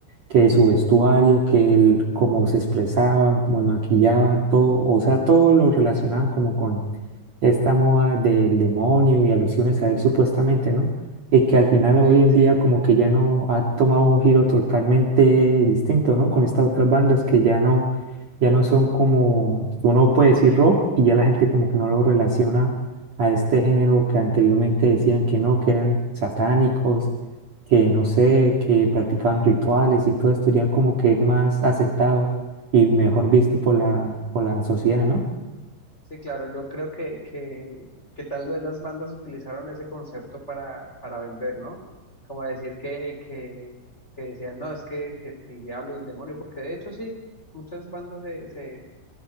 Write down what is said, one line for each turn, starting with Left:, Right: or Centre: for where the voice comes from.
Right: que su vestuario, que el, cómo se expresaban, cómo se maquillaban, todo, o sea, todo lo relacionaban como con esta moda del demonio y alusiones a él supuestamente, ¿no? Y que al final hoy
Left: sí,
Right: en
Left: sí,
Right: día como que ya no ha tomado un giro totalmente distinto, ¿no? Con estas otras bandas que ya no, ya no son como, uno puede decir rock y ya la gente como que no lo relaciona a este género que anteriormente decían que no, que eran satánicos, que no sé, que practicaban rituales y todo esto ya como que es más aceptado y mejor visto por la, por la sociedad, ¿no?
Left: Sí, claro, yo creo que, que, que tal vez las bandas utilizaron ese concepto para, para vender, ¿no? Como decir que, que, que decían, no, es que, que el diablo y el demonio, porque de hecho sí, muchas bandas se, se,